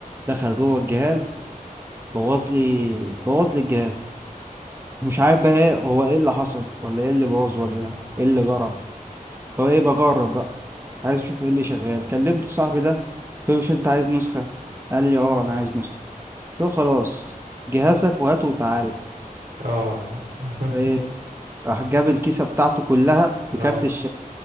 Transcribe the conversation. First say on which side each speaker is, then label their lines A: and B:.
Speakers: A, on the right (about 15°); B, on the right (about 75°).
A: دخل جوه الجهاز بوظ لي بوظ لي الجهاز مش عارف بقى ايه هو ايه اللي حصل ولا ايه اللي بوظ ولا ايه اللي جرى هو ايه بجرب بقى عايز اشوف ايه اللي شغال كلمت صاحبي ده قلت له مش انت عايز نسخة قال لي اه انا عايز نسخة قلت له خلاص جهازك وهاته وتعالى
B: اه <laughs>
A: ايه راح جاب الكيسة بتاعته كلها في
B: اه
A: كارت الشاشة